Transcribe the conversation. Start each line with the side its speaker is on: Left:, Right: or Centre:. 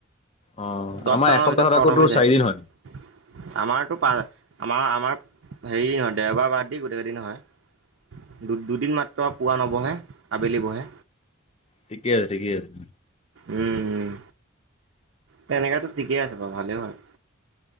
Left: অ'
Right: দহটা
Left: আমাৰ
Right: মানৰ
Left: এসপ্তাহত
Right: ভিতৰত খটম
Left: আকৌ তোৰ
Right: হৈ যায়
Left: চাৰিদিন হয়।
Right: আমাৰটো পা আমাৰ আমাৰ হেৰি নহয় দেওবাৰ বাদ দি গোটেইকেইদিন হয়। দুদিন মাত্ৰ পোৱা নবহে আবেলি বহে
Left: ঠিকে আছে ঠিকে আছে।
Right: উম উম তেনেকেতো ঠিকেই আছে বাৰু ভালে হয়